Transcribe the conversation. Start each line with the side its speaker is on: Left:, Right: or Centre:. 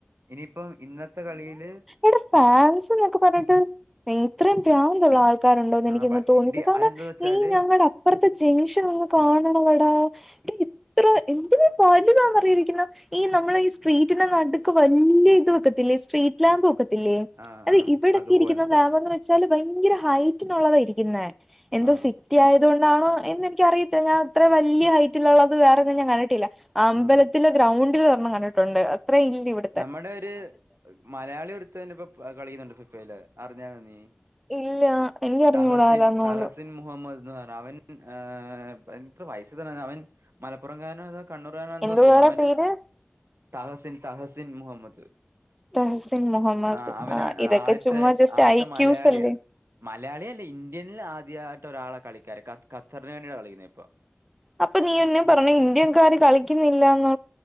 Right: ഇനിയിപ്പം ഇന്നത്തെ കളിയില്
Centre: എട ഫാൻസ് എന്നൊക്കെ പറഞ്ഞിട്ട് ഇത്രയും പ്രാന്തുള്ള ആൾ ക്കാരുണ്ടോ എന്ന് എനിക്കങ്ങ്
Right: ആഹ്
Centre: തോന്നിപോയ്‌
Right: ഇടി
Centre: കാരണം
Right: അതെന്താന്ന് വെച്ചാല്
Centre: നീ ഞങ്ങട ഇപ്പറത്ത ജംഗ്ഷൻ ഒന്ന് കാണണവടാ എടാ ഇത്ര എന്തൊരു വലുതാന്ന് ഇപ്പ ഇരിക്കുന്ന ഈ നമ്മള് ഈ സ്ട്രീറ്റിന്റെ നടുക്ക് വല്ലിയ ഇത് വെക്കത്തില്ലേ സ്ട്രീറ്റ് ലാമ്പ് വെക്കത് ത്തില്ലേ
Right: ആഹ്
Centre: അത്
Right: ആഹ്
Centre: ഇവിടൊക്കെ
Right: അതുപോലത്തെ
Centre: ഇരിക്കുന്ന പാവങ്ങള് വെച്ചാല് ഭയങ്കര ഹൈറ്റിനുള്ളതാ യിരിക്ക്ന്നെ എന്തോ
Right: ആഹ്
Centre: സി റ്റിയായതുകൊണ്ടാണോ എന്ന് എനിക്ക അറിയത്തില്ല. ഞാൻ ഇത്ര വലിയ ഹൈറ്റിലുള്ളത് വേറൊന്നും ഞാൻ കണ്ടിട്ടില്ല. അമ്പലത്തിലെ
Right: ആഹ്
Centre: ഗ്രൗണ്ടില് ഒരെണ്ണം കണ്ടിട്ടുണ്ട് അത്ര ഇല്ല ഇവിട്
Right: നമ്മുടെ ഒരു മലയാളി ഒരുത്തൻ ഇപ്പോ കളിയിലുണ്ട് ഫിഫയില് അറിഞ്ഞാരുന്നോ നീ
Centre: ഇല്ല എനിക്കറിഞ്ഞൂട
Right: തഹസിൻ
Centre: ആരാന്ന്
Right: തഹസിൻ
Centre: പോലും
Right: മുഹമ്മദ് നഹർ അവൻ ൻ ഏഹ് പ് എത്ര വയസ് തനെ അവൻ മലപ്പുറം കാരനൊ അതോ കണ്ണൂർ കാരനോ എന്തോ
Centre: എന്തുവാടാ
Right: തോന്നുന്നു അവന്
Centre: പേര്
Right: തഹസിൻ തഹസിൻ മുഹമ്മദ്
Centre: തഹസിൻ മുഹമ്മദ്
Right: ആഹ് അവന്
Centre: ആ ഇതൊക്കെ
Right: ആദ്യത്തെ
Centre: ചുമ്മാ ജസ്റ്റ്
Right: ആദ്യത്തെ
Centre: ഐക്യൂസ്
Right: മലയാളിയാ
Centre: അല്ലേ
Right: മലയാളി അല്ലേ ഇന്ത്യനിൽ ആദ്യമായിട്ട് ഒരാളെ കളിക്കാര് ഖത്തറിന് വേണ്ടിയിട്ടാണ് കളിക്കുന്നത് ഇപ്പൊ
Centre: അപ്പൊ നീ യല്ലേ പറഞ്ഞ് ഇന്ത്യൻക്കാര് കളിക്കുന്നില്ലന്ന്.